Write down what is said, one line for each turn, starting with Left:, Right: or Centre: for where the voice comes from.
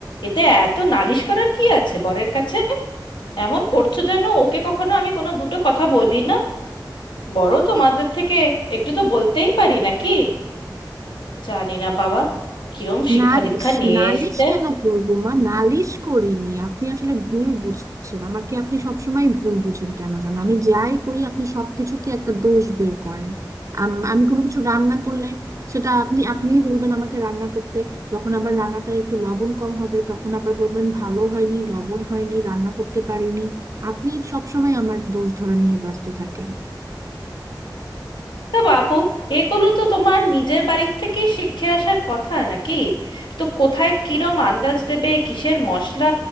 Left: এতে এত নালিশ করার কি আছে বরের কাছে এমন করছো যেন ওকে কখনো আমি কোনো দুটো কথা বলি না বড় তোমাদের থেকে একটু তো বলতেই পারি নাকি জানি না বাবা কিরম শিক্ষা
Right: নালিশ
Left: দীক্ষা নিয়ে
Right: নালিশ
Left: এসছে
Right: কেন করবো মা নালিশ করিনি আপনি আসলে ভুল বুঝছেন আমাকে আপনি সবসময় ভুল বুঝেন কেন যেন আমি যাই করি আপনি সবকিছুতে একটা দোষ বের করেন আম- আমি কোনো কিছু রান্না করলে সেটা আপনি আপনিই বলবেন আমাকে রান্না করতে যখন আবার রান্নাটা একটু লবণ কম হবে তখন আবার বলবেন ভালো হয়নি লবণ হয়নি রান্না করতে পারিনি আপনি সবসময় আমার দোষ ধরে নিয়ে ব্যস্ত থাকেন
Left: না বাপু এগুলো তো তোমার নিজের বাড়ির থেকে শিখে আসার কথা নাকি তো কোথায় কিরম আন্দাজ দেবে কিসের মশলা